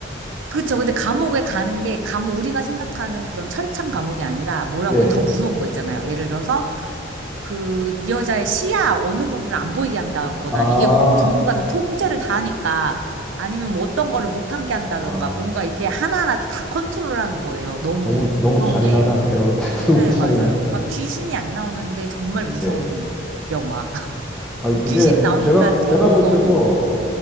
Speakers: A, on the right (about 80°); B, in the centre.
A: 그쵸. 근데 감옥에 가는 게, 감, 우리가 생각하는 그런 철창 감옥이 아니라 뭐라고,
B: 예.
A: 더 무서운 거 있잖아요. 예를 들어서, 그, 이 여자의 시야 어느 부분을 안 보이게 한다거나,
B: 아,
A: 이게 정부가 다 통제를 다 하니까, 아니면 뭐 어떤 거를 못하게 한다던가,
B: 아,
A: 뭔가 이게 하나하나 다 컨트롤하는 거예요. 너무
B: 너무 너무
A: 그런
B: 잔인하다.
A: 게,
B: 내가 볼 때 <laughs> 너무
A: 네,
B: 잔인하네.
A: 맞아요. 막 귀신이 안 나오는데 정말 무서운
B: 예.
A: 영화. <laughs>
B: 아니, 그게
A: 귀신 나오는
B: 제가,
A: 것보다 더
B: 제가 볼
A: 무서운
B: 때도
A: 영화.